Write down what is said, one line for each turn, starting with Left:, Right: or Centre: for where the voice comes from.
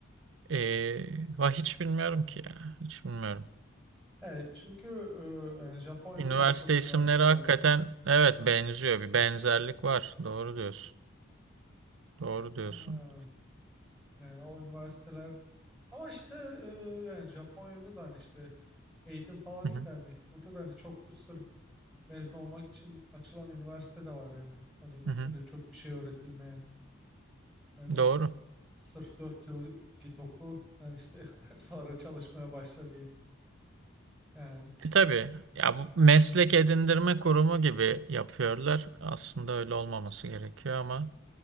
Right: Ee, va hiç bilmiyorum ki ya. Hiç bilmiyorum.
Centre: Evet çünkü e, yani Japonya'da
Right: Üniversite
Centre: da hani çok üniversite
Right: isimleri
Centre: var.
Right: hakikaten evet benziyor. Bir benzerlik var. Doğru diyorsun. Doğru diyorsun.
Centre: Ee, yani o üniversiteler ama işte e, yani Japonya'da da hani işte eğitim falan
Right: Hı
Centre: iyi
Right: hı.
Centre: de hani burada da hani çok sırf mezun olmak için açılan üniversite de var yani. Hani
Right: Hı hı.
Centre: öyle çok bir şey öğretilmeye. Yani e,
Right: Doğru.
Centre: sırf 4 yıl git oku yani işte <laughs> sonra çalışmaya başla diye. Yani
Right: E tabii ya bu meslek edindirme kurumu gibi yapıyorlar. Aslında öyle olmaması gerekiyor ama